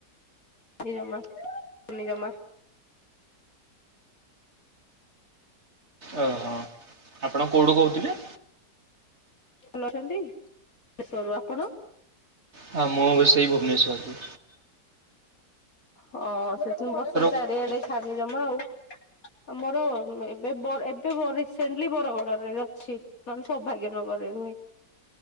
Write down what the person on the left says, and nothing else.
ନିଜମା ଲିଅମା
ଭଲ ଅଛନ୍ତି, <unintelligible> ଆପଣ?
ହଁ, ସେଥିପାଇଁବର୍ଷା ଚାରିଆଡେ
ଛାଡି ଜମା ଆଉ ଆମର ଏବେ ବ ଏବେ ବ ରିସେଣ୍ଟଲି ବରଗଡରେ ଅଛି। ନହେଲେ, ମାନେ ସୌଭାଗ୍ୟ ନଗରରେ ରୁହେ।